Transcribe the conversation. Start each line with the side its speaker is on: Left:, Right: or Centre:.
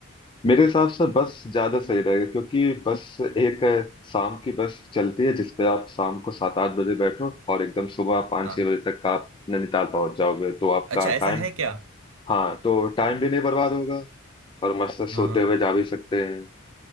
Left: मेरे हिसाब से बस ज्यादा सही रहेगा क्योंकि बस एक है, शाम की बस चलती है जिसपे आप शाम को सात आठ बजे बैठो और एकदम सुबह पाँच
Right: हाँ
Left: छह बजे तक आप नैनीताल पहुंच जाओगे तो आपका
Right: अच्छा ऐसा
Left: टाइम
Right: है क्या
Left: हाँ तो टाइम भी नहीं बर्बाद होगा और मस्त
Right: हाँ
Left: सोते
Right: हाँ
Left: हुए जा भी सकते हैं